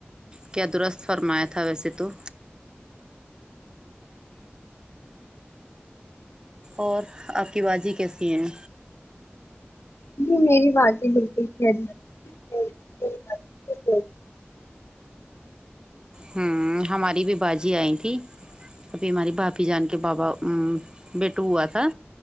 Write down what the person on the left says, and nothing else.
جی میری باجی بالکل خیریت سے ہے۔